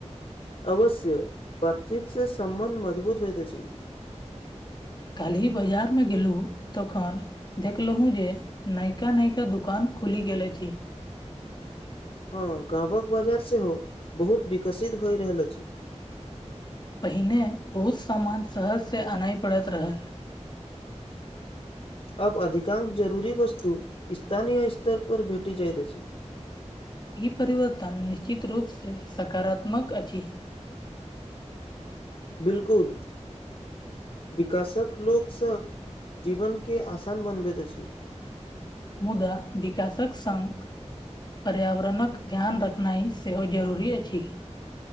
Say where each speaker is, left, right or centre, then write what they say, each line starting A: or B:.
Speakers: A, on the left (about 55°); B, on the left (about 40°).
A: अवश्य बातचीत से सम्मान मजबूत होइत छै
B: काल्हि बाजारमे गेलहुँ तखन देखलहुँ जे नयका नयका दुकान खुलि गेले छी
A: हँ गामक बाजार सेहो बहुत विकसित भए रहल अछि
B: पहिने बहुत सामान सहजसँ आनय पड़ैत रहल
A: अब अधिकांश जरूरी वस्तु स्थानीय स्तर पर भेटी जाइत अछि
B: ई परिवर्तन निश्चित रूप से सकारात्मक अछि
A: बिलकुल विकासक लोक सब जीवनक के आसान बनबैत अछि
B: मुदा विकासक संघ पर्यावरणक ध्यान रखनाइ सेहो जरूरी अछि